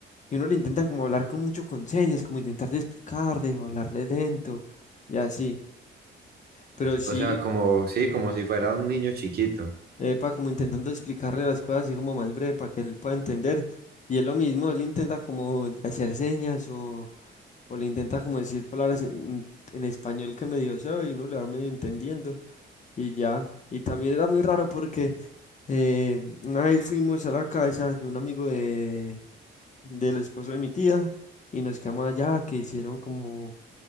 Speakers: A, on the left; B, on the right.
A: Y uno le intenta como hablar con mucho con señas, como intentar de explicarle o hablarle lento y así. Pero sí.
B: O sea, como, sí, como si fuera un niño chiquito.
A: Epa, como intentando explicarle las cosas así como más breve para que él pueda entender. Y es lo mismo, él intenta como hacer señas o, o le intenta como decir palabras en, en español que medio sabe y uno le va medio entendiendo y ya. Y también era muy raro porque eh, una vez fuimos a la casa de un amigo de, del esposo de mi tía y nos quedamos allá, que hicieron como